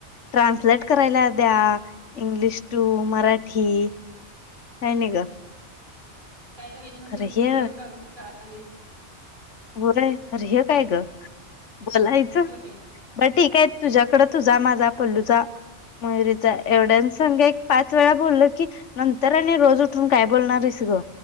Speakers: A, on the left (about 85°); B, on the right (about 45°).
A: ट्रान्सलेट करायला द्या. इंग्लिश टू मराठी काय नाही ग.
B: काहीतरी येत नंतर
A: खरं हे
B: पग करम कली
A: होय खर हे काय ग बोलायचं
B: बघकी बाई
A: ब ठीकय तुझ्याकड. तुझा माझा पल्लूचा मयुरीचा एवढ्या संगा एक. पाच वेळा बोलल की नंतर आणि रोज उठून काय बोलणार आहेस ग.